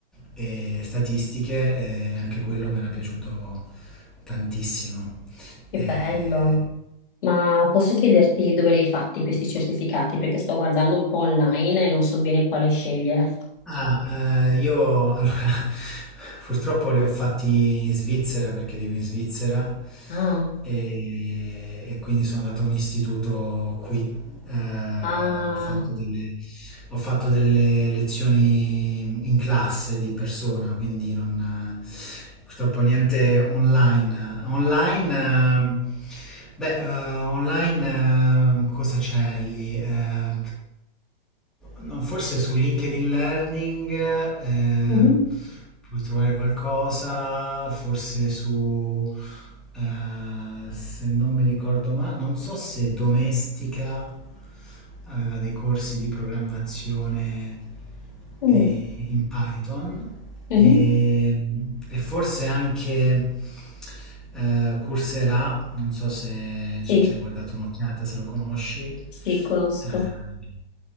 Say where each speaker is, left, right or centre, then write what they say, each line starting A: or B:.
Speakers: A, in the centre; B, on the left.
A: e statistiche e anche quello mi era piaciuto tantissimo.
B: Che
A: E-
B: bello. Ma posso chiederti dove li hai fatti questi certificati? Perché sto guardando un po' online e non so bene quale scegliere.
A: Ah, eh, io allora <laughs> purtroppo li ho fatti in Svizzera perché vivo in Svizzera
B: Ah,
A: e, e quindi sono andato a un istituto qui. Eh,
B: ah,
A: ho fatto delle, ho fatto delle lezioni in classe di persona, quindi non, purtroppo niente online. Online, ehm, beh, eh, online ehm, cosa c'è lì? Eh, no, forse su LinkedIn Learning ehm,
B: mhm,
A: puoi trovare qualcosa, forse su, eh, se non mi ricordo male, non so se domestica aveva dei corsi di programmazione
B: mm,
A: eh, in Python
B: mhm.
A: e, e forse anche eh, Coursera, non so se
B: Sì,
A: ci ci hai guardato un'occhiata, se lo conosci, eh,
B: sì, conosco.